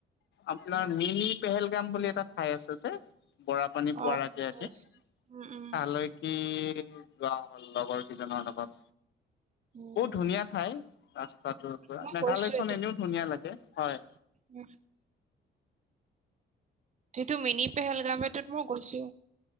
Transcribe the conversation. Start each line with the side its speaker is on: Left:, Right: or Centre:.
Left: আপোনাৰ মিনি পেহেলগাম বুলি এটা ঠাই আছে যে বৰা পানী
Right: অ
Left: পোৱাৰ আগে আগে
Right: গৈছো। উম উম
Left: তালৈকে যোৱা হ'ল লগৰ কিজনৰ লগত।
Right: উম
Left: বহুত ধুনীয়া ঠাই ৰাস্তাটোৰ পৰা
Right: মই
Left: মেঘালয়খন
Right: গৈছো এইটো
Left: এনেও ধুনীয়া লাগে হয়।
Right: উম যিটো মিনি পেহেলগাম এটোত মই গৈছো।